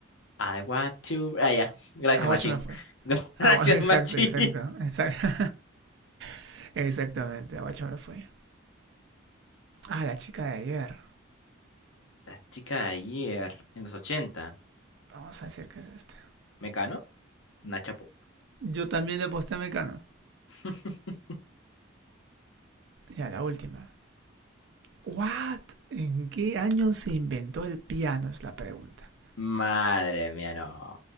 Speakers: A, on the left; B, on the right.
A: I want to. Ah, ya. Gracias,
B: Aguacho
A: Machín.
B: me fue.
A: <laughs> Gracias,
B: Agua, <laughs> exacto,
A: Machín.
B: exacto, exacto. <laughs> Exactamente, Aguacho me fui. Ah, la chica de ayer.
A: La chica de ayer, en los ochenta.
B: Vamos a decir que es este.
A: ¿Mecano? Nachapo.
B: Yo también le aposté a Mecano.
A: <laughs>
B: Ya, la última. What? ¿En qué año se inventó el piano? Es la pregunta.
A: Madre mía, no.